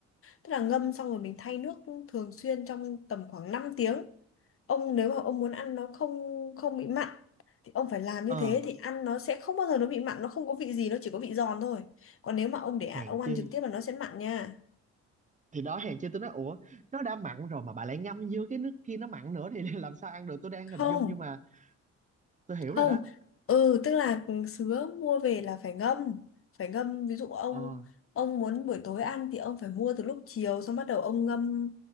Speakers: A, on the left; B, on the right.
A: tức là ngâm xong rồi mình thay nước thường xuyên trong tầm khoảng 5 tiếng. Ông nếu mà ông muốn ăn nó không không bị mặn thì ông phải làm như
B: ờ
A: thế thì ăn nó sẽ không bao giờ nó bị mặn, nó không có vị gì, nó chỉ có vị giòn thôi. Còn nếu mà ông để ạ,
B: hèn
A: ông ăn
B: chi
A: trực tiếp là nó sẽ mặn nha.
B: thì đó hèn chi tôi nói ủa nó đã mặn rồi mà bà lại ngâm vô cái nước kia nó mặn nữa thì <laughs> làm sao ăn được tôi đang
A: Không,
B: hình dung nhưng mà tôi hiểu
A: không
B: rồi đó
A: ừ tức là sứa mua về là phải ngâm phải ngâm ví dụ ông
B: ờ
A: ông muốn buổi tối ăn thì ông phải mua từ lúc chiều xong bắt đầu ông ngâm